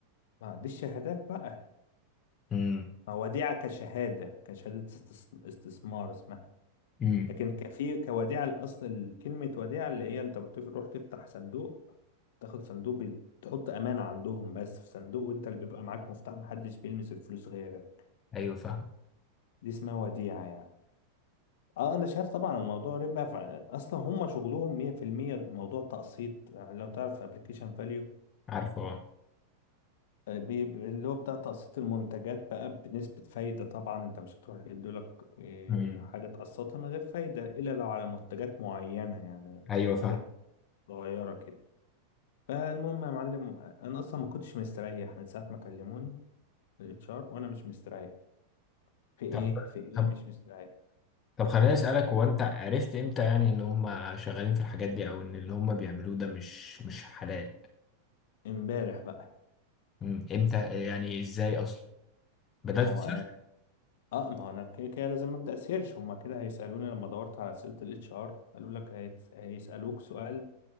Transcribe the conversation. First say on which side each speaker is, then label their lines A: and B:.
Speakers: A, on the left; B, on the left.
A: ما دي الشهادات بقى
B: امم
A: ما وديعة كشهادة كشهادة استس- استثمار اسمها
B: امم
A: لكن كفي كوديعة الأصل كلمة وديعة اللي هي أنت بتروح تفتح صندوق تاخد صندوق بي- تحط أمانة عندهم بس في صندوق وأنت اللي بيبقى معاك مفتاح محدش بيلمس الفلوس غيرك
B: ايوه فاهم
A: دي اسمها وديعة يعني اه انا شايف طبعا الموضوع ربا فع- اصلا هم شغلهم 100% موضوع تقسيط يعني لو تعرف ابلكيشن فاليو
B: عارفه اه
A: بي- بي- اللي هو بتاع تقسيط المنتجات بقى بنسبة فايدة طبعا انت مش هتروح يدولك إيه،
B: امم
A: حاجة تقسطها من غير فايدة إلا لو على منتجات معينة يعني
B: ايوه
A: حاجات
B: فاهم
A: صغيرة كده فالمهم يا معلم أنا أصلا ما كنتش مستريح من ساعة ما كلموني الاتش ار وأنا مش مستريح في إيه
B: طب
A: في إيه
B: طب
A: مش مستريح
B: طب خليني اسالك هو انت عرفت امتى يعني ان هم شغالين في الحاجات دي او ان اللي هم بيعملوه ده مش مش حلال
A: امبارح بقى
B: امم امتى يعني ازاي اصلا بدات
A: ما هو
B: تسيرش
A: اه ما هو انا كده كده لازم ابدا سيرش هما كده هيسالوني لما دورت على اسئله الاتش ار قالوا لك هيتس- هيسالوك سؤال